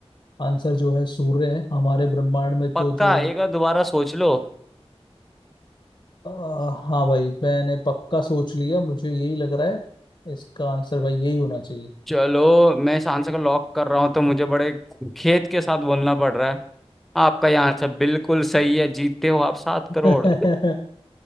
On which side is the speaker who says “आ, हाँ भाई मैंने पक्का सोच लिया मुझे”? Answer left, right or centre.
Left